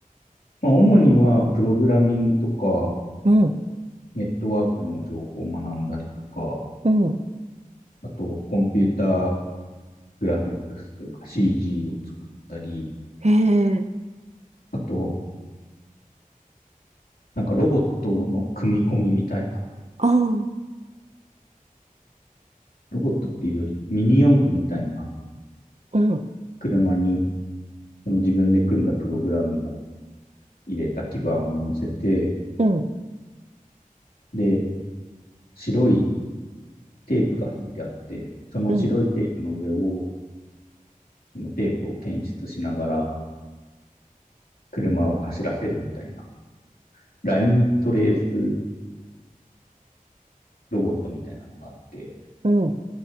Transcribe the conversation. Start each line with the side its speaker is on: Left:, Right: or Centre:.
Left: まあ、主には、プログラミングとか、
Right: うん、
Left: ネットワークの情報を学んだりとか、
Right: うん。
Left: あと、コンピューターグラフィックスというか CG を作ったり、
Right: へえ、
Left: あと、なんかロボットの組み込みみたいな、
Right: ああ、
Left: ロボットっていうよりミニ四駆みたいな
Right: うん、
Left: 車に、その自分で組んだプログラムを入れた基板を乗せて、
Right: うん、
Left: で、白いテープが引いてあって、その白いテープの上を
Right: うん、
Left: そのテープを検出しながら車を走らせるみたいな、ライントレースロボットみたいなのがあって、
Right: うん。